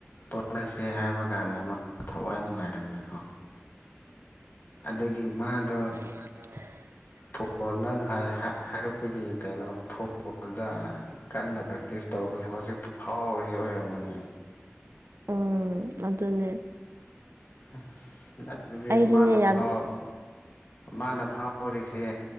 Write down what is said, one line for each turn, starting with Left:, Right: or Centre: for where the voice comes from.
Left: ꯇꯣꯛꯅꯁꯦ ꯍꯥꯏꯕ ꯀꯥꯟꯗ ꯃꯥ ꯊꯋꯥꯏ ꯅꯨꯡꯉꯥꯏꯔꯝꯃꯣꯏꯀꯣ ꯑꯗꯨꯒꯤ ꯃꯥꯗꯣ
Right: ꯃꯗꯣ
Left: ꯐꯨꯠꯕꯣꯜ ꯅꯪ ꯍꯥꯏꯔꯛꯄꯒꯤ ꯀꯩꯅꯣ ꯐꯨꯠꯕꯣꯜꯗ ꯀꯟꯅ ꯄ꯭ꯔꯦꯛꯇꯤꯁ ꯇꯧꯕꯒꯤ ꯍꯧꯖꯤꯛ ꯐꯥꯎꯔꯤ ꯑꯣꯏꯔꯝꯒꯅꯤ
Right: ꯎꯝ ꯑꯗꯨꯅꯦ
Left: ꯑꯁ ꯑꯗꯨꯗꯤ
Right: ꯑꯩꯁꯨꯅꯦ
Left: ꯃꯥꯅ
Right: ꯌꯥꯝ
Left: ꯐꯥꯎ ꯃꯥꯅ ꯐꯥꯎꯔꯤꯁꯦ